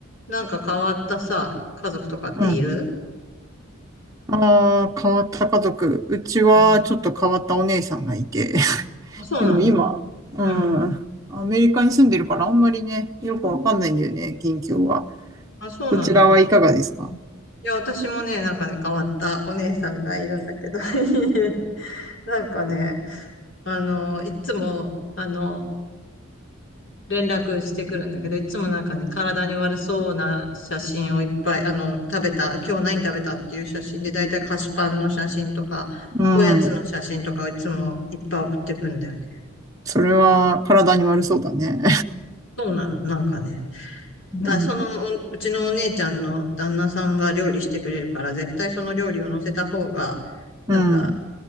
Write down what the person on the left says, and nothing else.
なんか変わったさ、家族とかっている
うん。
あ、そうなんだ。
うん。
あ、そうなんだ。
いや、私もね、なんかね、変わったお姉さんがいるんだけど、<laughs> なんかね、あの、いつも、あの、連絡してくるんだけど、いつもなんかね、体に悪そうな写真をいっぱい、あの、食べた、今日何食べたっていう写真で、だいたい菓子パンの写真とか、
おやつの写真とかをいつもいっぱい送ってくんだよね。
そうなの、なんかね。
だ、その、おうちのお姉ちゃんの旦那さんが料理してくれるから、絶対その料理を乗せた方が、なんか、